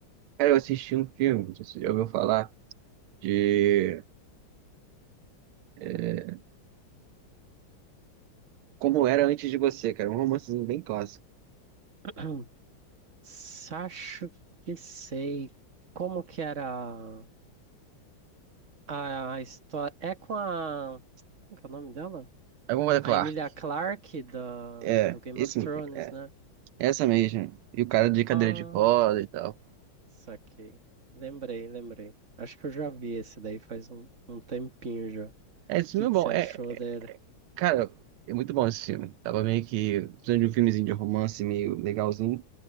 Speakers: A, on the right; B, on the right.
A: Cara, eu assisti um filme, não sei se você já ouviu falar, de é, Como Era Antes de Você, cara, É um romancezinho bem clássico.
B: <clears throat> Sacho que sei. Como que era a, a história? É com a. Como que é o nome dela?
A: É Como Era
B: A
A: Clark.
B: Emilia Clarke da,
A: É,
B: do Game
A: esse
B: of Thrones,
A: mesmo.
B: né?
A: Essa mesmo. E o cara de cadeira
B: Ah,
A: de roda e tal.
B: saquei. Lembrei, lembrei. Acho que eu já vi esse daí faz um, um tempinho já. O
A: É, esse filme
B: que
A: é
B: que
A: bom.
B: você
A: É,
B: achou dele?
A: cara, é muito bom esse filme. Tava meio que precisando de um filmezinho de romance meio legalzinho.